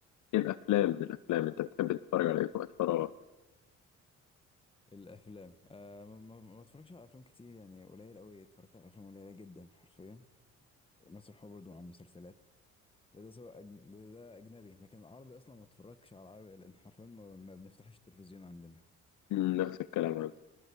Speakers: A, on the left (about 75°); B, on the left (about 20°).
A: إيه الافلام من الافلام انت بتحب تتفرج على ايه في وقت فراغك
B: الافلام آه ما ما- ما بتفرجش على افلام كتير يعني قليل قوي اتفرجت على افلام قليله جدا حرفيا نفس الحوار برضه مع المسلسلات ده ده سواء أجن... ده, ده اجنبي لكن العربي اصلا ما اتفرجش على العربي لان حرفيا ما, ما بنفتحش التلفزيون عندنا
A: مم، نفس الكلام عندي